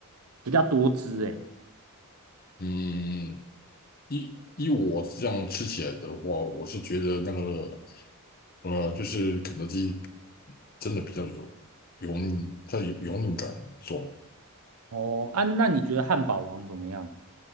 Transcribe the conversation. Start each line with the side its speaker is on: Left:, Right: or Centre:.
Right: 比较多汁。诶。
Left: 嗯，依依我这样吃起来的话，我是觉得那个，呃，就是肯德基真的比较油油腻，它油油腻感很重。
Right: 哦，啊，那你觉得汉堡王怎么样？